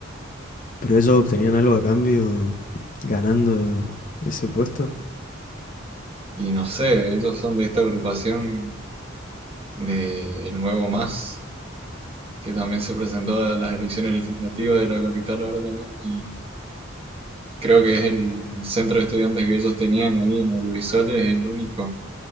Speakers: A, on the left; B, on the right.
A: Pero ellos obtenían algo a cambio ganando ese puesto.
B: Y no sé, ellos son de esta agrupación del Nuevo Más, que también se presentó a las elecciones legislativas de la capital ahora también. Y creo que es el centro de estudiantes que ellos tenían ahí en audiovisuales, el único